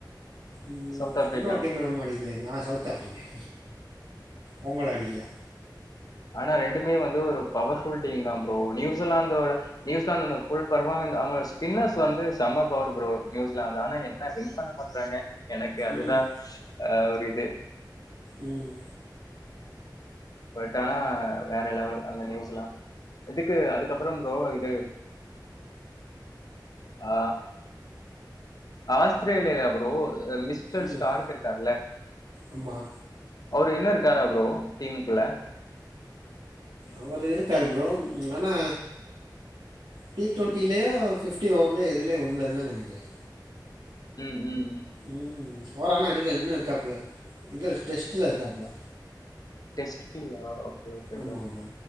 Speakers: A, on the right; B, on the left.
A: ம்
B: சவுத் ஆப்பிரிக்கா
A: இன்னொரு டீம் என்னமோ அடிக் இல்ல நா சவுத் ஆஃப்ரிக்கா அவுங்களு அடிக்கல
B: ஆனா ரெண்டுமே வந்து ஒரு பவர்ஃபுல் டீம்தா ப்ரோ நியூஸ்லாந்தோட நியூசிலாந்து வந்து ஃபுல் பெர்ஃபார்மன்ஸ் அவ்ங்க ஸ்பின்னர்ஸ் வந்து செம பவர் ப்ரோ நியூஸ்லாந்து ஆனா எ என்ன வின் பண்ண பாக்றாங்க எனக்கு அதுதா
A: ம்
B: ஆ ஒரு இது
A: ம்
B: பட் ஆனா வேற லெவல் அந்த நியூசிலாந்து இதுக்கு அதுக்கப்ற ப்ரோ இது ஆ ஆஸ்திரேலியால ப்ரோ அ மிஸ்டர்
A: ம்
B: ஸ்டார்க் இருக்காருல
A: ஆமா
B: அவரு இன்னு இருக்காரா ப்ரோ டீமுக்குள்ள
A: அவரு இருக்காரு ப்ரோ ம் ஆனா டி டுவெண்ட்டிலேயோ ஃபிஃப்டி ஓவர்லேயோ எதுலயு ஒன்ல இல்லன் நெனைக்கிறே
B: ம் ம் ம்
A: ம் ஓரு ஆண்ணா இருக்கு இன்னு இருக்காப்ல இது டெஸ்ட்டுல இருக்காப்ல
B: டெஸ்டிங்கா ஓகே ஓகேங்க
A: ஆமாம் ப்ரோ